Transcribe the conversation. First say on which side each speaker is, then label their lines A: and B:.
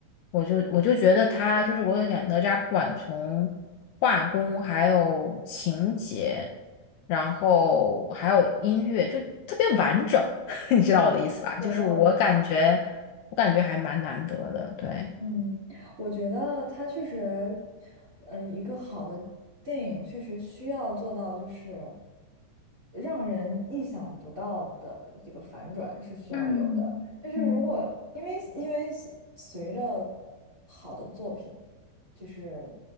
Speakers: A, on the left; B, on the right.
A: 我就我就觉得他就是我感觉哪吒不管从画工还有情节，然后还有音乐，就特别完整，<laughs> 你知道我的意思吧？就是我感觉我感觉还蛮难得的，
B: 有道理。
A: 对。
B: 嗯，我觉得它确实，呃，一个好的电影确实需要做到就是让人意想不到的这个反转是需要有的。
A: 嗯嗯
B: 就是如果因为因为随着好的作品，就是